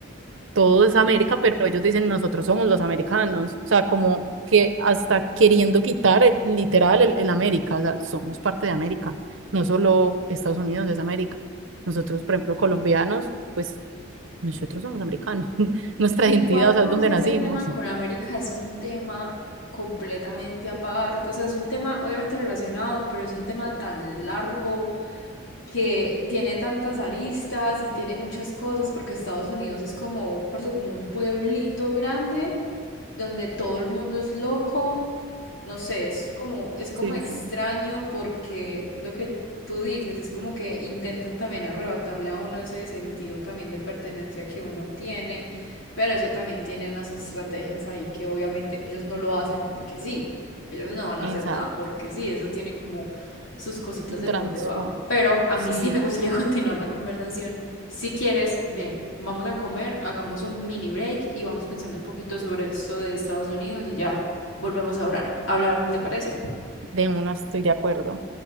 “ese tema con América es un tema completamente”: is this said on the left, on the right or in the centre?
Left